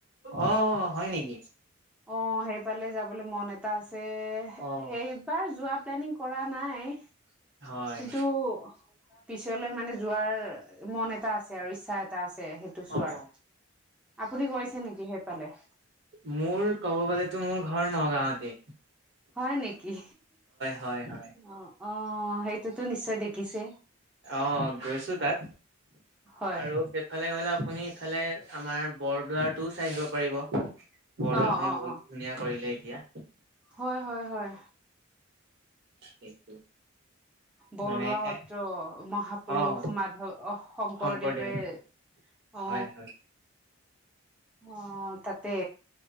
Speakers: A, on the right; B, in the centre.
A: অ হয় নেকি?
B: অ সেইফালে যাবলৈ মন এটা আছে
A: অ',
B: এইবাৰ যোৱা প্লেনিং কৰা নাই
A: হয়
B: কিন্তু পিছলৈ মানে যোৱাৰ মন এটা আছে আৰু ইচ্ছা এটা আছে সেইটো। সেইটো চোৱাৰ।
A: অ',
B: আপুনি গৈছে নেকি সেইফালে?
A: মোৰ কব গ'লেতো মোৰ ঘৰ নগাঁৱতে।
B: হয় নেকি
A: হয়, হয়
B: অ অ সেইটোতো নিশ্চয় দেখিছে।
A: অ গৈছোঁ তাত
B: হয়
A: আৰু সেইফালে গ'লে আপুনি ইফালে আমাৰ বৰদোৱাৰটোও চাই আহিব পাৰিব। বৰদোৱাখনো
B: অ অ
A: বহুত
B: অ
A: ধুনীয়া কৰিলে এতিয়া।
B: হয় হয় হয়।
A: সেইটো।
B: বৰদোৱা
A: মানে
B: সত্ৰ
A: এ
B: মহাপুৰুষ
A: অ',
B: মাধৱ শংকৰদেৱে
A: শংকৰদেৱ
B: অ
A: হয় হয়।
B: অ তাতে।